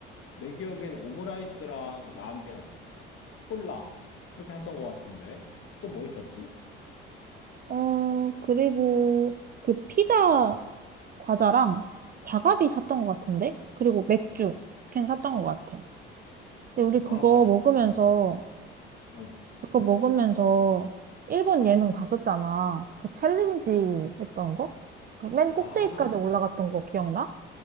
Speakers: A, on the left (about 45°); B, on the right (about 30°).
A: 내 기억엔 오므라이스랑 라면 콜라 그렇게 샀던 것 같은데 또 뭐 있었지?
B: 어 그리고 그 피자 과자랑 자가비 샀던 것 같은데 그리고 맥주 캔 샀던 것 같아. 근데 우리 그거
A: 아 맞아
B: 먹으면서
A: 어 어.
B: 그거 먹으면서 일본 예능 봤었잖아. 그 챌린지 했던 거? 그 맨 꼭대기까지
A: 아,
B: 올라갔던 거 기억나?